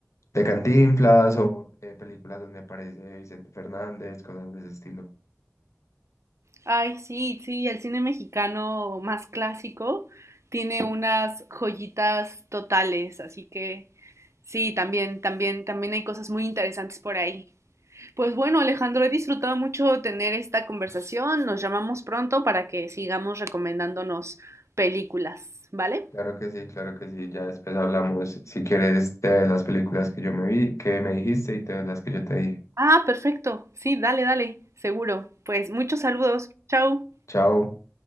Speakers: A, on the left; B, on the right.
A: de Cantinflas o eh, películas donde aparece Vicente Fernández, cosas de ese estilo.
B: Ay, sí, sí, el cine mexicano más clásico tiene unas joyitas totales, así que sí, también, también, también hay cosas muy interesantes por ahí. Pues bueno, Alejandro, he disfrutado mucho tener esta conversación. Nos llamamos pronto para que sigamos recomendándonos películas, ¿vale?
A: Claro que sí, claro que sí. Ya después hablamos, si quieres, de las películas que yo me vi, que me dijiste y de las que yo te dije.
B: Ah, perfecto. Sí, dale, dale, seguro. Pues muchos saludos. Chao.
A: Chao.